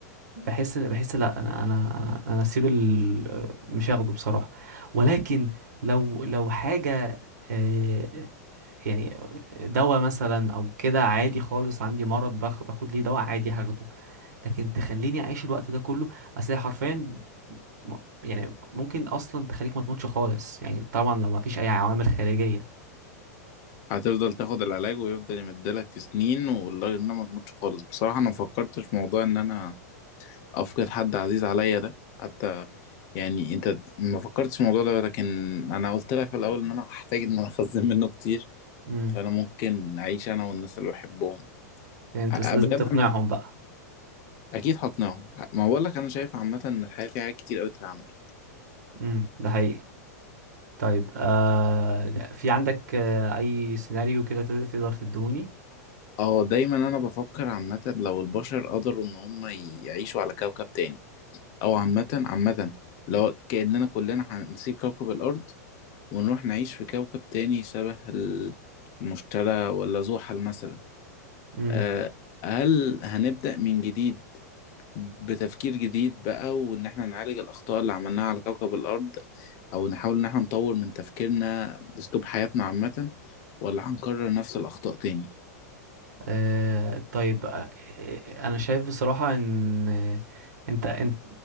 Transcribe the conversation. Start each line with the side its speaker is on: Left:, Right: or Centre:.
Right: بحس بحس لا انا انا انا انا اسيب ال... مش هاخده بصراحه ولكن لو لو حاجه آه، يعني دواء مثلا او كده عادي خالص عندي مرض بخ... باخد ليه دواء عادي هاخده لكن تخليني اعيش الوقت ده كله اصل هي حرفيا م- يعني ممكن اصلا تخليك ما تموتش خالص يعني طبعا لو ما فيش اي عوامل خارجيه
Left: هتفضل تاخد العلاج ويفضل يمدلك في سنين والله إنها ما تموتش خالص بصراحة أنا ما فكرتش في موضوع إن أنا أفقد حد عزيز عليا ده حتى يعني انت ما فكرتش في الموضوع ده لكن انا قلت لك في الاول ان انا هحتاج ان انا اخزن منه كتير
Right: امم
Left: فانا ممكن اعيش انا والناس اللي بحبهم
Right: فهمت
Left: ه-
Right: بس لازم
Left: بجد
Right: تقنعهم
Left: انا
Right: بقى
Left: اكيد هقنعهم ما بقول لك انا شايف عامه ان الحياه فيها حاجات كتير قوي تتعمل
Right: امم ده حقيقي طيب آه في عندك آه اي سيناريو كده تد- تقدر تدوني
Left: اه دايما انا بفكر عامه لو البشر قدروا ان هم يعيشوا على كوكب تاني او عامه عامه لو كاننا كلنا هنسيب كوكب الارض ونروح نعيش في كوكب تاني شبه ال- المشتري ولا زحل مثلا
Right: امم
Left: آه، هل هنبدأ من جديد بتفكير جديد بقى وإن إحنا نعالج الأخطاء اللي عملناها على كوكب الأرض أو نحاول إن إحنا نطور من تفكيرنا أسلوب حياتنا عامة ولا هنكرر نفس الأخطاء تاني
Right: آه طيب آه آه، انا شايف بصراحة ان آه، انت انت